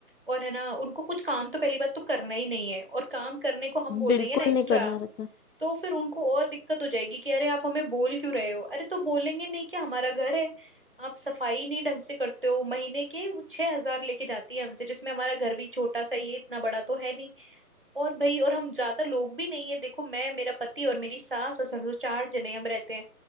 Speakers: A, on the right; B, on the left.
A: और है ना उनको कुछ काम तो पहली बात तो करना ही नहीं है और काम करने को हम बोल
B: बिल्कुल
A: देंगे ना एक्स्ट्रा
B: नहीं करना रहता
A: तो फिर उनको और दिक्कत हो जाएगी कि अरे आप हमें बोल क्यों रहे हो अरे तो बोलेंगे नहीं कि हमारा घर है आप सफाई नहीं ढंग से करते हो महीने के वो छह हजार लेके जाती है हमसे जिसमें हमारा घर भी छोटा सा ये इतना बड़ा तो है नहीं और भाई और हम ज्यादा लोग भी नहीं है देखो मैं मेरा पति और मेरी सास और ससुर चार जने हम रहते हैं